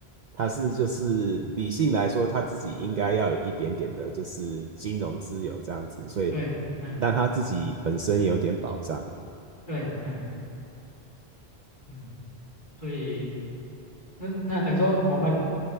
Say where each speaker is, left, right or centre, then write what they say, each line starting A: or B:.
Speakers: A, on the right; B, on the left.
A: 他是就是理性来说，他自己应该要有一点点的，就是金融自由这样子，所以
B: 对，嗯，
A: 让他自己本身有点保障。
B: 对，嗯嗯，所以。嗯，那等于说我们